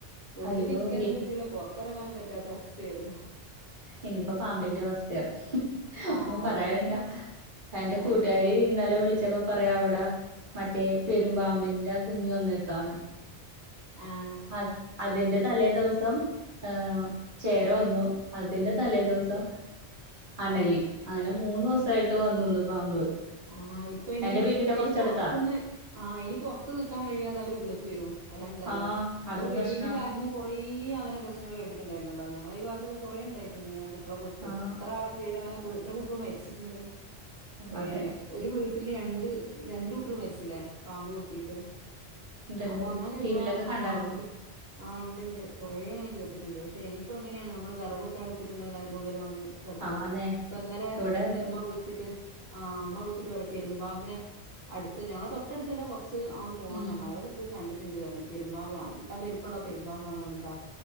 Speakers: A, on the right; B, on the right.
A: ഉള്ളിലിരിക്ക്യാനും
B: അയ്യോ ഈ
A: പറ്റൂല്ല പൊർത്തെർങ്ങാനും പറ്റാത്ത അവസ്ഥേര്ന്നു.
B: ഇനിയിപ്പ പാമ്പിന്റവസ്ഥയാ
A: ആഹ്
B: ഒന്നും
A: അതെ
B: പറയണ്ട.
A: അതെ
B: എന്റെ കൂട്ട്കാരി
A: അതെ
B: ഇന്നലെ വിളിച്ചപ്പ പറയാ അവ്ടെ മറ്റേ പെര്മ്പാമ്പിന്റെ കുഞ്ഞ് വന്നേക്കാണ്.
A: ആഹ്.
B: ആ അതിന്റെ തലേദിവസം ഏഹ് ചേര വന്നു അതിന്റെ തലേദിവസം അണലി അങ്ങനെ മൂന്നുസായ്ട്ട് വന്നൂന്ന് പാമ്പ്.
A: ആഹാ ഇപ്പ ഇനി
B: എന്റെ വീടിന്റെ
A: ഇനി
B: കൊറച്ചടുത്താ
A: പോർത്ത്ന്ന് ആഹ് ഇനി പൊർത്ത് നിക്കാൻ കഴിയാതവര് ഉള്ളിക്ക് വെരും. അതണ്ടാവ
B: ആഹ്
A: ഇപ്പം
B: അതും
A: വെയ്ല്
B: പ്രശ്നാ
A: കാരണം കൊറേയ്യങ്ങനെ പ്രശ്നങ്ങള് കേട്ട്‌ ട്ട്ണ്ടായ്ര്ന്നല്ലോ നങ്ങളെ ഈ ഭാഗത്തൊക്കെ കൊറേ ഇണ്ടായിട്ട്ണ്ട് ഇങ്ങനെ കു ട്ട്യളെ കൊത്തി
B: ആഹ്
A: എത്ര പേരാണ് ഇപ്പെത്ര കുട്ട്യള് മരിച്ചിട്ണ്ട് ഏഹ്.
B: അതെ
A: ഒര്‌ വീട്ട്ല് രണ്ട് രണ്ടുട്ട്യള് മര്ച്ച്ല്ലേ? പാമ്പ് കൊത്തീട്ട്.
B: ഉണ്ട്ണ്ട്
A: അപ്പ അങ്ങനെരുപാ
B: ടി വിയിലൊക്കെ
A: ആഹ്
B: കണ്ടായിരുന്നു
A: ഒര് ആഹ് ഇണ്ട്ണ്ട് കുറെങ്ങനെ കേട്ട്ടിണ്ട് ക്ഷെനിപ്പോങ്ങനെയാണ് നമ്മള് വെറകൊക്കെ വെച്ച്ണ്ട് ണ്ടെങ്കിലതിന്റെ ഉള്ളില് വന്ന് കെട്ക്കും
B: ആന്നേ
A: പ്പന്നലെ
B: ഇവിടെ
A: എന്റുമ്മ
B: അതെ
A: വിൾ ച്ചിട്ട് ആ ഇമ്മ വിൾച്ചിട്ട് പറ്യാ പെരുമ്പാമ്പിനെ അട്ത്ത് ഞങ്ങളെ തൊട്ടട്ത്തല്ല കൊർച്ച് പോണംന്നർഞ്ഞ്
B: ഉം
A: അവരൊക്കെ പോയ് കണ്ട്ണ്ട് ട് അർഞ്ഞ് പെരുമ്പാമ്പ് നല്ല വെ ല്‌പ്പള്ള പെരുമ്പാമ്പാണ് ച